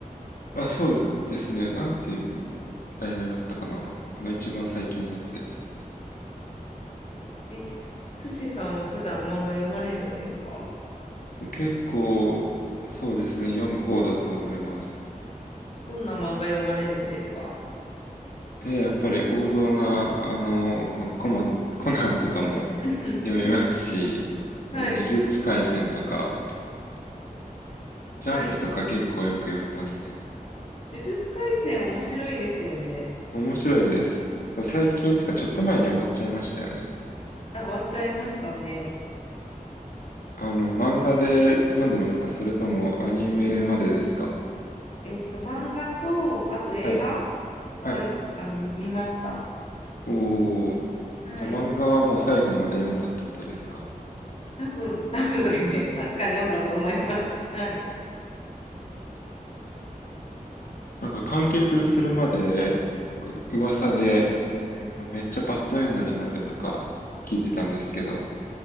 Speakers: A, on the left; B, on the left.
A: あ、そうですね。なんていう題名だったかな。あの、一番最近のやつです。
B: え、トシさんは普段漫画読まれるんですか
A: 結構、そうですね。読む方だと思います。
B: どんな漫画読まれるんですか
A: で、やっぱり王道な、あの、このコマン、コナンとかも
B: うん
A: 読みますし、
B: <laughs> はい。
A: あの、呪術廻戦とか、ジャンプとか結構よく読みますね。
B: はい。呪術廻戦面白いですよね。
A: 面白いです。でも最近というかちょっと前に終わっちゃいましたよね。
B: あ、終わっちゃいましたね。
A: あの、漫画で読んでますかそれともアニメまでですか
B: えっと、漫画と、あと映画
A: はい。
B: は、
A: はい。
B: あの、見ました。
A: おー。
B: はい。
A: じゃあ漫画はもう最後まで読んだってことですか
B: 多分、多分とか言って、確かに読んだと思います。はい。
A: なんか完結するまで、なんか噂で
B: うんうんうん。
A: めっちゃバッドエンドになるとか聞いてたんですけど、